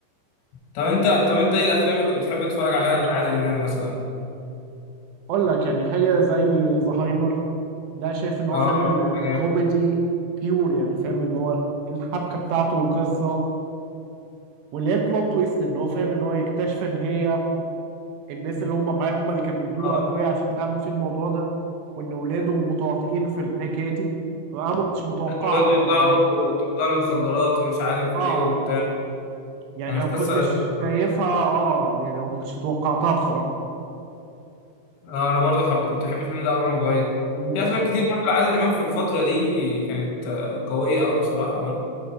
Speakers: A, on the left; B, on the right.
A: طب انت طب انت ايه الافلام اللي كنت بتحب تتفرج عليها لعادل امام مثلا
B: اقول لك يعني حاجه زي زهايمر ده شايف ان هو
A: اه
B: فيلم
A: ده جامد
B: كوميدي بيور يعني فاهم اللي هو الحبكه بتاعته والقصه واللي هي البلوت تويست ان هو فاهم ان هو يكتشف ان هي الناس اللي هم معاه هم اللي كانوا بيدوا له
A: اه
B: ادويه عشان تعمل فيه الموضوع ده وان ولاده متواطئين في الحكايه دي انا ما كنتش متوقعها
A: ولاده يطلعوا
B: ما
A: تجار مخدرات ومش عارف
B: اه
A: ايه وبتاع
B: يعني
A: كانت
B: انا ما كنتش
A: قصه لذيذه
B: شايفها اه يعني انا ما كنتش توقعتها بصراحه
A: اه انا برضو حب كنت بحب الفيلم ده أوي وانا صغير
B: مم.
A: في افلام كتير برضو لعادل امام في الفتره دي كانت آه، قويه قوي بصراحه برضو